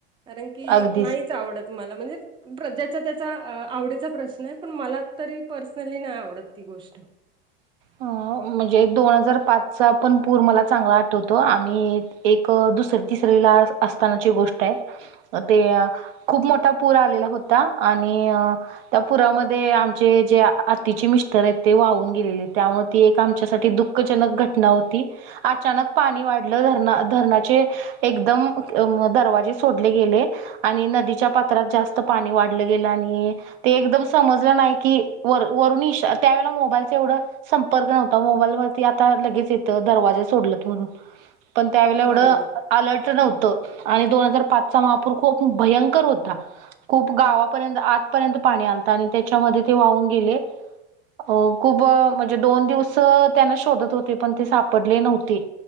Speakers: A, on the right; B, on the right.
A: कारण की
B: अगदीच
A: नाहीच आवडत मला म्हणजे ज्याच्या त्याचा आवडीचा प्रश्न आहे, पण मला तरी पर्सनली नाही आवडत ती गोष्ट.
B: हा म्हणजे दोन हजार पाचचा पण पूर मला चांगला आठवतो आम्ही एक दुसर तिसरी ला असतानाची गोष्ट आहे, ते खूप मोठा पूर आलेला होता आणि त्या पुरामध्ये आमचे जे आतीचे मिस्टर आहेत ते वाहून गेलेले. त्यामुळे ती एक आमच्यासाठी दुःखजनक घटना होती. अचानक पाणी वाढलं धरणा- धरणाचे एकदम दरवाजे सोडले गेले. आणि नदीच्या पात्रात जास्त पाणी वाढलं गेलं, आणि ते एकदम समजलं नाही की, वर- वरून इशा त्यावेेळेला मोबाईलच एवढं संपर्क नव्हता, मोबाईल वरती आता लगेच येत दरवाजा सोडलत म्हणून. पण त्यावेळेला एवढं
A: बरोबर
B: अलर्ट नव्हतं, आणि दोन हजार पाचचा महापूर खूप भयंकर होता. खूप गावापर्यंत आतपर्यंत पाणी आलत आणि त्याच्यामध्ये ते वाहून गेले. हो, खूप म्हणजे दोन दिवस त्यांना शोधत होते, पण ते सापडले नव्हते